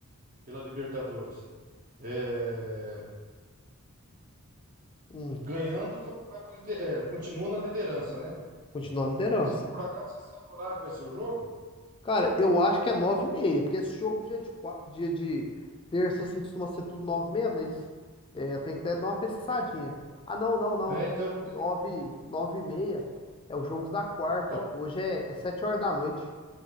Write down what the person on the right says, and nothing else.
pela Libertadores. É,
Ganhando, va- vai pra lider- é, continua na liderança, né?
Esse- Por acaso você sabe o horário que vai ser o jogo?
É, então eu vou
ter.
Então,